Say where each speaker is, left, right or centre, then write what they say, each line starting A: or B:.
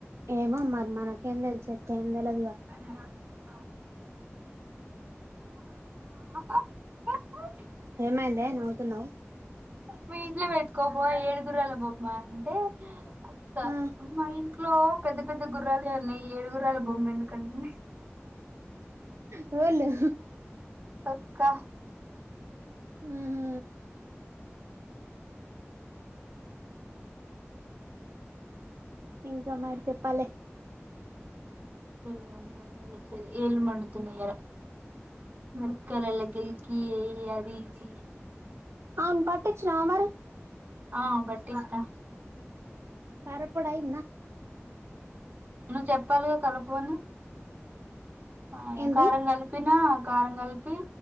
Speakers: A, on the right; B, on the right.
A: ఏమో మరి మనకేం తెలుసు మనకేం తెలియదు కదా ఇంకా
B: ఉ ఆ ఆ ఆ చెప్పు
A: ఏమైందే నవ్వుతున్నావ్
B: మీ ఇంట్లో పెట్టుకో పోవే ఏడుగురాల బొమ్మ అంటే అక్క
A: ఆ
B: అమ్మా ఇట్లో పెద్ద పెద్ద గుర్రాలే ఉన్నాయి ఏడుగుర్రాల బొమ్మ ఎందుకంటంది
A: ఎవలు
B: అక్క
A: ఆ హా ఇంకా మరి చెప్పాలి
B: ఏండి చెప్పేది ఏళ్ళు మండుతున్నాయి ఈయాల మిరపకాయలల్ల గిల్కి అది ఇది
A: ఆమెను పట్టిచ్చునా మరి
B: ఆ పట్టించిన
A: కారప్పొడి అయిందా
B: నువ్వు చెప్పాలిగా కలుపు అని ఆ
A: ఏంది
B: కారం కల్ ప్పినా కారం కలిపి